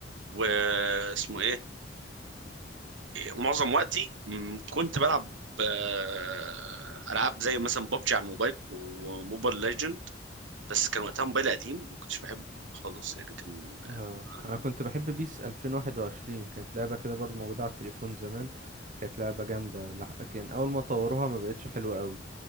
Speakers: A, on the right; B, on the right.
A: واسمه ايه معظم وقتي م، كنت بلعب آه، العاب زي مثلا ببجي على الموبايل وموبايل ليجند بس كان وقتها موبايل قديم ما كنتش بحبه خالص يعني كان
B: اه
A: آه،
B: انا كنت بحب بيس 2021 كانت لعبة كده برضو موجودة على التليفون زمان كانت لعبة جامدة لح- لكن اول ما طوروها ما بقتش حلوة قوي